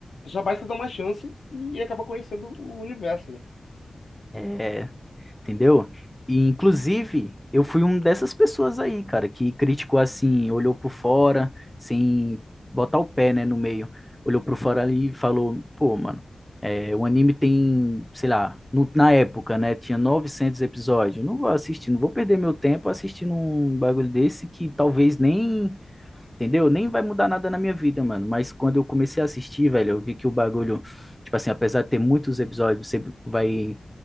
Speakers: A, on the left; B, in the centre.
A: já basta dar uma chance e acaba conhecendo o universo, né?
B: é, entendeu? E, inclusive, eu fui um dessas pessoas aí, cara, que criticou assim, olhou por fora, sem botar o pé, né, no meio. Olhou por fora ali e falou, pô, mano, é, o anime tem, sei lá, no- na época, né, tinha 900 episódios. Eu não vou assistir, não vou perder meu tempo assistindo um bagulho desse que talvez nem, entendeu? Nem vai mudar nada na minha vida, mano. Mas quando eu comecei a assistir, velho, eu vi que o bagulho, tipo assim, apesar de ter muitos episódios, você vai